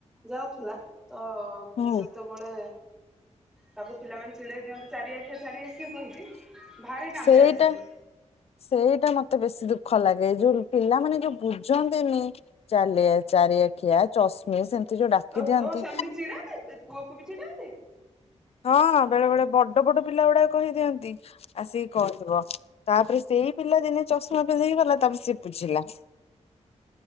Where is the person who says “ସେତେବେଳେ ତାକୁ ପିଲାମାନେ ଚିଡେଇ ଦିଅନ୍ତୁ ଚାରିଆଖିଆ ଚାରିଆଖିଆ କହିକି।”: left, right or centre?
Centre